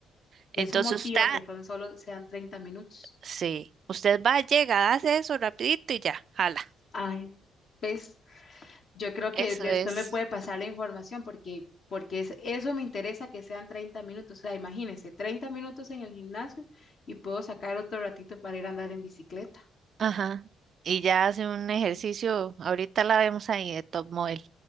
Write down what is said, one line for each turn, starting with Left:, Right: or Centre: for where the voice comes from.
Left: Y
Right: Entonces
Left: eso motiva
Right: usted,
Left: que son solo sean 30 minutos.
Right: sí, usted va, llega, hace eso rapidito y ya, jala.
Left: Ay, ¿ves? Yo creo
Right: Eso
Left: que después
Right: es.
Left: me puede pasar la información porque, porque es, eso me interesa que sean 30 minutos. O sea, imagínese, 30 minutos en el gimnasio y puedo sacar otro ratito para ir a andar en bicicleta.
Right: Ajá. Y ya hace un ejercicio, ahorita la vemos ahí de top model.